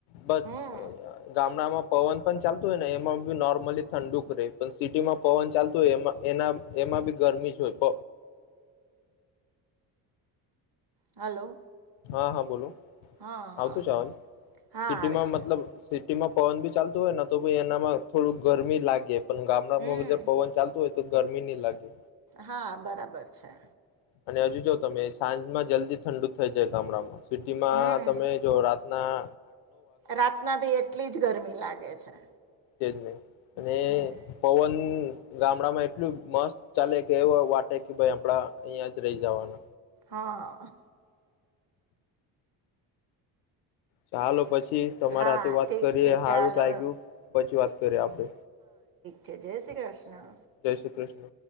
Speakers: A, on the left (about 85°); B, on the right (about 45°).
A: બસ અ
B: હમ
A: અ ગામડામાં પવન પણ ચાલતું હોય ને એમાં બી નોર્મલી ઠંડુક રે પણ સિટીમાં પવન ચાલતું હોય એ એના એમાં બી ગરમી જ હોય પ.
B: હલો.
A: હા હા બોલો.
B: હા હા
A: આવતું છે આવાજ,
B: હા
A: સિટીમાં
B: આવે છે
A: મતલબ સિટીમાં પવન બી ચાલતું હોય ને તો બી એનામાં થોડુક ગરમી લાગે. પણ ગામડામાં
B: હમ
A: બધે પવન ચાલતું હોય તો ગરમી ની લાગે.
B: હા બરાબર છે.
A: અને હજુ જોવ તમે, સાંજમાં જલ્દી ઠંડુ થાય જે ગામડામાં સિટીમાં
B: હમ
A: તમે જો રાત ના.
B: રાતના ભી એટલી જ ગરમી લાગે છે.
A: એ જ ને અને
B: હમ
A: પવન ગામડામાં એટલું મસ્ત ચાલે કે એવો વાટે કે ભાઈ આપડા અહિયાં જ રહી જવાનુ
B: હા
A: ચાલો પછી તમારા
B: હા
A: વાત
B: ઠીક
A: કરીએ
B: છે
A: હારું
B: ચાલો.
A: લાગ્યું પછી વાત કરીએ આપડે
B: જે જેયસી કૃષ્ણ
A: જય શ્રી કૃષ્ણ